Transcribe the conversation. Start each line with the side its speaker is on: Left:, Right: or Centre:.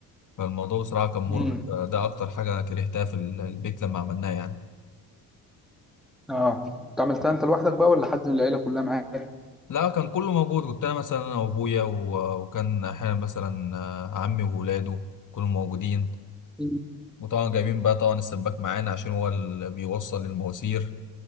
Left: فالموضوع بصراحة كان مرهق
Centre: امم
Left: آه، ده أكتر حاجة كرهتها في ال- البيت لما عملناه يعني
Centre: اه انت عملتها انت لوحدك بقى ولا حد من العيله كلها معاك
Left: لا كان كله موجود كنت أنا مثلا أنا وأبويا و- وكان أحيانا مثلا آه، عمي وولاده كلهم موجودين
Centre: مم.
Left: وطبعا جايبين بقى طبعا السباك معانا عشان هو اللي بيوصل المواسير